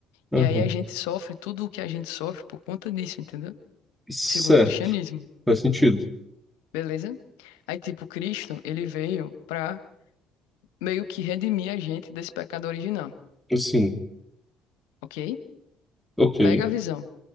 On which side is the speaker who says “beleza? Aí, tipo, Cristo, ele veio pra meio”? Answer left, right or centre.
Left